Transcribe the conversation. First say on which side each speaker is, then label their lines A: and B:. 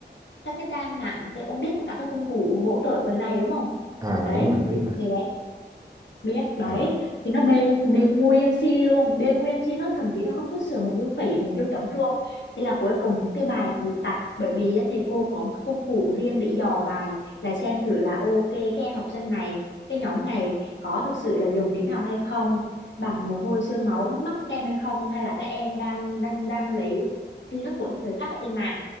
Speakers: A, on the left (about 80°); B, on the right (about 20°).
A: các cái trang mạng trên- ông biết có cả các công cụ hỗ trợ thời này đúng không
B: ờ,
A: đấy
B: đúng rồi, biết mà.
A: thì đấy biết đấy
B: Ờ
A: thì nó bê bê nguyên si luôn bê nguyên si nó thậm chí nó không có sửa một dấu phẩy một dấu chấm luôn thế là cuối cùng cái bài bị tạch bởi vì á, thầy cô có một cái công cụ riêng để dò bài là xem thử là ok cái em học sinh này cái nhóm này có thực sự là dùng trí não hay không bằng mồ hôi xương máu nước mắt các em hay không hay là các em đang đang đang lấy tri thức của những người khác ở trên mạng